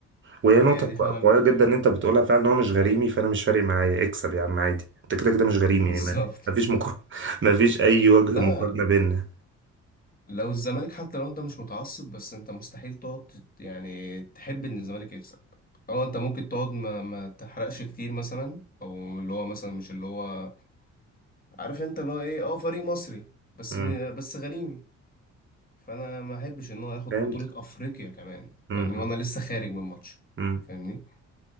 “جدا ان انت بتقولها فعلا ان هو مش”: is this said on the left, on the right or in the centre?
Right